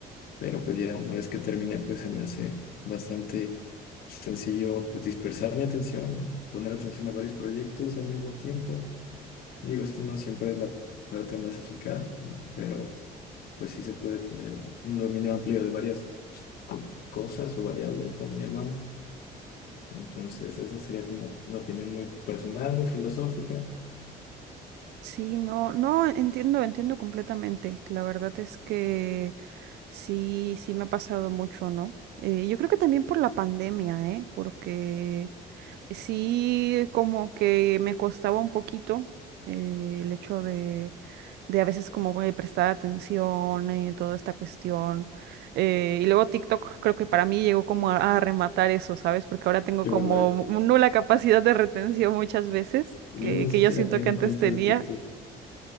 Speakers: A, on the left; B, on the right.
A: Pero pues ya una vez que termine, pues se me hace bastante sencillo pues dispersar mi atención, poner atención a varios proyectos al mismo tiempo. Digo, esto no siempre es la parte más eficaz, ¿no? Pero pues sí se puede tener un dominio amplio de varias co- cosas o variables, como llamamos. Entonces, esa sería como una opinión muy personal, muy filosófica.
B: Sí, no, no, entiendo, entiendo completamente. La verdad es que sí, sí me ha pasado mucho, ¿no? Eh, yo creo que también por la pandemia, ¿eh? Porque Sí, como que me costaba un poquito eh, el hecho de, de a veces como güey, prestar atención y toda esta cuestión. Eh, y luego TikTok creo que para mí llegó como a, a rematar eso, ¿sabes? Porque ahora tengo
A: De
B: como
A: verdad,
B: nula capacidad de retención muchas veces,
A: yo
B: que,
A: ni siquiera
B: que yo siento
A: tengo
B: que antes
A: cuenta
B: tenía.
A: de TikTok.